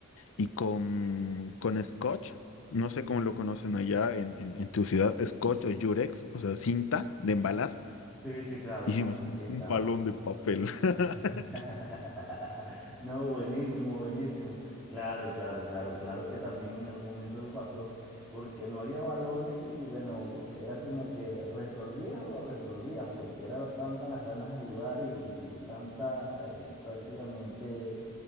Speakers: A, on the left; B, in the centre.
A: y con, con scotch, no sé cómo lo conocen allá en, en- en tu ciudad, scotch o yurex, o sea, cinta de embalar,
B: Sí, sí, claro,
A: hicimos
B: claro, la
A: un,
B: cinta.
A: un
B: ajá.
A: balón de papel. <laughs>
B: <laughs> No, buenísimo, buenísimo. Claro, claro, claro, claro que también en algún momento me pasó, porque no había balones y bueno, era como que resolvías o resolvías, porque era tanta las ganas de jugar y, y- y tanta eh, prácticamente